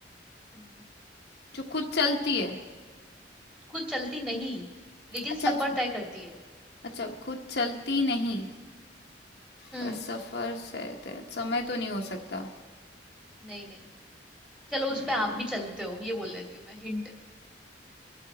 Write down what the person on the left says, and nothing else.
जो खुद चलती है
अच्छा
जो-
अच्छा खुद चलती नहीं
पर सफर से ते- समय तो नहीं हो सकता
हम्म,